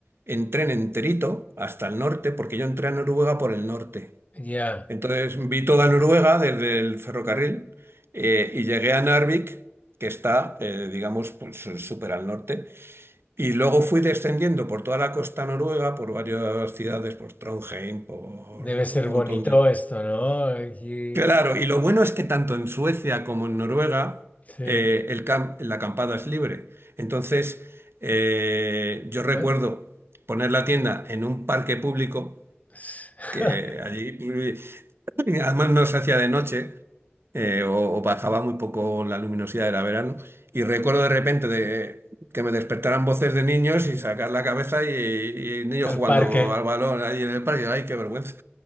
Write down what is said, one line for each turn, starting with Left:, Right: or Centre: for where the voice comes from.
Right: en tren enterito hasta el norte, porque yo entré a Noruega por el norte.
Left: Ya.
Right: Entonces vi toda Noruega desde el ferrocarril eh, y llegué a Narvik, que está, eh, digamos, pues, súper al norte. Y luego fui descendiendo por toda la costa noruega, por varias ciudades, por Trondheim, por
Left: Debe
Right: un
Left: ser bonito
Right: montón de...
Left: esto, ¿no? Y-
Right: Claro, y lo bueno es que tanto en Suecia como en Noruega
Left: sí.
Right: eh, el cam- la acampada es libre. Entonces, eh, yo recuerdo
Left: ¿Eh?
Right: poner la tienda en un parque público,
Left: <laughs>
Right: que allí, <laughs> además no se hacía de noche, eh, o, o bajaba muy poco la luminosidad, era verano. Y recuerdo de repente de, que me despertaran voces de niños y sacar la cabeza y, y niños
Left: el
Right: jugando
Left: parque.
Right: al balón ahí en el parque. ¡Ay, qué vergüenza!